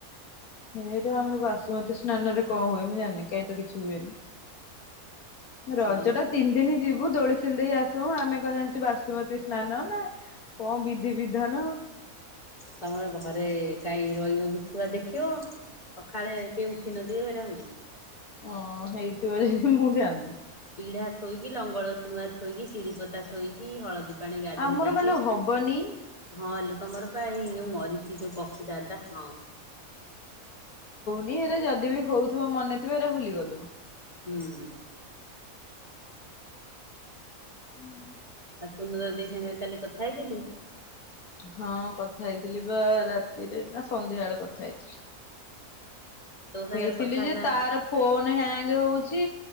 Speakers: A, on the left; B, on the left.
A: ଏଇଠି ଆମର ବାସୁମତୀ ସ୍ନାନରେ କଁ ହୁଏ ମୁଁ ଜାଣିନି କାଇଁ ତ କିଛି ହୁଏନି। ରଜଟା
B: ଆଉ?
A: ତିନ୍ ଦିନ୍ ଯି <unintelligible> ଦୋଳି ଖେଲି ଦେଇ ଆସଉଁ ଆମେ କଣ ଜାଣିଛୁ ବାସୁମତୀ ସ୍ନାନ ନା କଣ ବିଧି ବିଧାନ।
B: ତମର ଘରେ କାଇଁ ରହିବ କି ଛୁଆ ଦେଖିବ। ସଖାଳେ କିଏ ଉଠି ନଥିବେ ସେଗେରା ହୁଏ।
A: ହଁ ହେଇଥିବା ଯେ ମୁଁ ଜାଣିନି।
B: ପିଢା ଥୋଇକି ଲଙ୍ଗଳ ନୂଆ ଥୋଇକି ସିଳି ପତା ଥୋଇକି ହଳଦୀ ପାଣି ଗାଧେଇ
A: ଆମର
B: ଦେଇକି।
A: ପାଲୋ ହବନି
B: ହଁ ଲୋ ତମର ବା ଏଇ ଯୋଉ ମରିଚି ଯୋଉ ପପୁ ଦାଦା ହଁ।
A: ନି ସେରା ଯଦି ବି ହଉଥିବ ମନେଥିବ ଏରା ଭୁଲିଗଲୁ
B: ହୁଁ।
A: <inaudible>
B: ସୁନ୍ଦରା ଦେଇ ସାଙ୍ଗେ କାଲି କଥା ହେଇଥିଲୁ?
A: ହଁ କଥା ହେଇଥିଲି ବା ରାତିରେ ନା ସନ୍ଧ୍ୟାବେଳେ କଥା ହେଇଥିଲି।
B: ତୋ ସାଙ୍ଗରେ
A: ହେଇଥିଲି
B: କଥା
A: ଯେ
B: ହେଲା
A: ତାର ଫୋନ ହ୍ୟାଙ୍ଗ ହଉ ଚି।